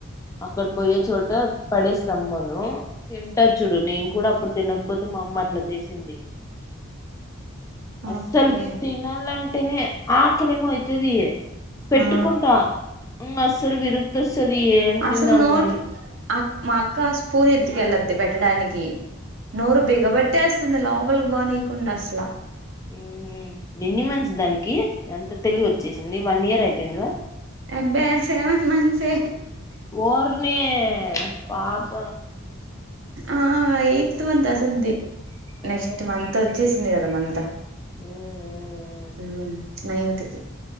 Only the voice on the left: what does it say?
అక్కడ పోయే చోట పడేస్తామ్మను. తింటచ్చుడు నేను కూడా అప్పుడు తినకపోతే మా అమ్మ అట్లా చేసింది. అసల్
తినాల ఆకలిమో వది పెట్టుకుంటా
అసలు విరుక్తస్తుది ఏ త
నంల
ఉ ఎన్ని మంచి దానికి ఎంత తెలుగు వచ్చేసింది వన్ ఇయర్ అయిపోయింది
ఓర్ని పాత
ఓ
మ్మ్